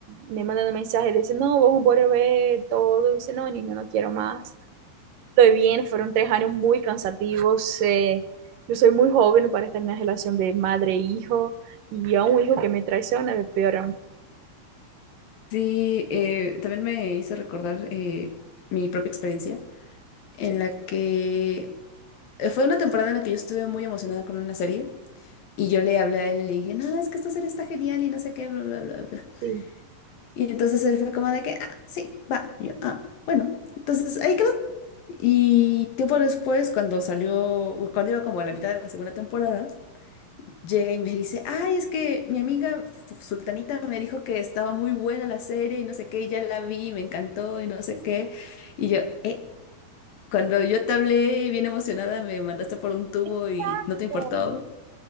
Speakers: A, on the right; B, on the left.
A: me mandando mensajes, dice, no, vamos a volver todo. Y dice, no, niño, no quiero más. Estoy bien, fueron tres años muy cansativos. eh, yo soy muy joven para estar en una relación de madre e hijo. Y a un hijo que me traiciona, peor aún.
B: Sí, eh, también me hizo recordar eh, mi propia experiencia en
A: Sí,
B: la que eh, fue una temporada en la que yo estuve muy emocionada con una serie y yo le hablé a él y le dije, no, es que esta serie está genial y no sé qué, bla, bla, bla, bla.
A: sí.
B: Y entonces él fue como de que, ah, sí, va. Y yo, ah, bueno, entonces ahí quedó. Y tiempo después, cuando salió, cuando iba como a la mitad de la segunda temporada, llega y me dice, ay, es que mi amiga F- Sultanita me dijo que estaba muy buena la serie y no sé qué, y ya la vi, y me encantó y no sé qué. Y yo, eh, cuando yo te hablé bien emocionada, me mandaste por un tubo
A: Exacto.
B: y no te importó.